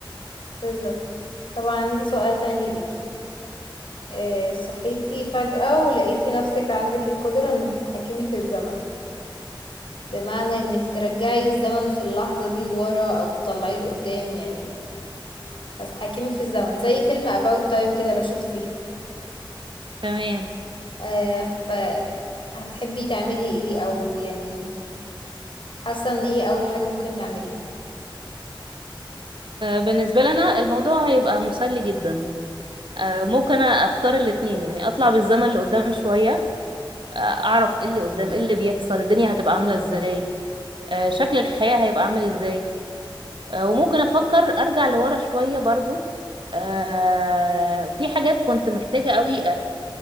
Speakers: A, on the left; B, on the right.
A: بالظبط طبعا عندي سؤال تاني ليكي إيه صحيتي فجأة ولقيتي نفسك عندك القدرة انك تتحكمي في الزمن بمعنى انك ترجعي الزمن في اللحظة دي لورا او تطلعيه لقدام يعني هتتحكمي في الزمن زي فيلم About Time كده لو شفتيه
B: تمام
A: آه ف هتحبي تعملي ايه او يعني حاسة ان ايه اول حاجة ممكن تعمليها
B: آه، بالنسبة لنا الموضوع هيبقى مسلي جدا آه، ممكن اختار الاتنين يعني اطلع بالزمن لقدام شوية آه، اعرف ايه اللي قدام ايه اللي بيحصل الدنيا هتبقى عاملة ازاي آه، شكل الحياة هيبقى عامل ازاي آه، وممكن افكر ارجع لورا شوية برضو آه، في حاجات كنت محتاجة قوي